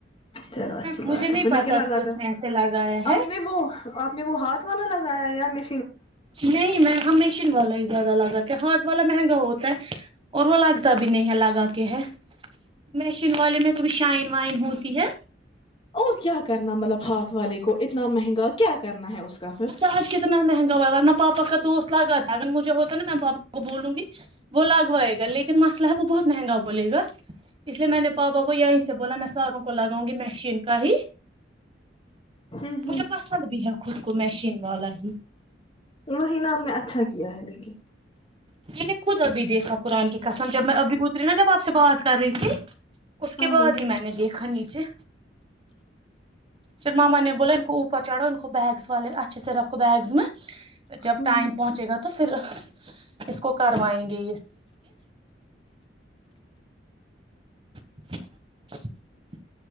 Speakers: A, on the left; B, on the right.
A: چلو اچھی
B: مجھے
A: بات
B: نہیں
A: ہے پہلے
B: پتا
A: کیا لگاتا
B: کہ اس
A: ہوں
B: نے ایسے لگایا ہے
A: آپ نے وہ آپ نے وہ ہاتھ وال نے لگایا یا میں
B: نہیں میں ہمیشہ ب زیادہ لگاتے ہاتھ والا مہنگا ہوتا ہے اور وہ لگتا بھی نہیں ہے لگا کے ہے مشین والے میں کبھی شائن وائن ہوتی ہے
A: اور کیا کرنا مطلب ہاتھ والے کو اتنا مہنگا کیا کرنا ہے اس کا پھر
B: آج کتنا مہنگا ہوا ہے ورنہ پاپا کا دو لگاجھتا ناپا بولوں گی گان مسئلہ بہت مہنگا بولے گاے میں پاپا کو یہ سے بو س لگاؤں گی م ہی
A: ہ ہ
B: مجھے پسند بھی ہے خود کو مشین والا ہی
A: وہ نا آپ نے اچھا کیا ہے لیکن
B: میں نے خود ابھی دیکھا قرآن کی قسم جب میں ابھی اتری نا جب آپ سے بات کر رہی تھی اس کے
A: ہاں
B: بعد
A: ہاں
B: ہی میں نے دیکھا نیچے پھر ماما نے بولا ان کو اوپر چڑھو ان کو بیگس والے اچھے سے رکھو بیگس میں جب
A: ہ
B: ٹائم
A: ہ
B: پہنچے گا تو پھر کیسکو کرواینگے <unintelligible>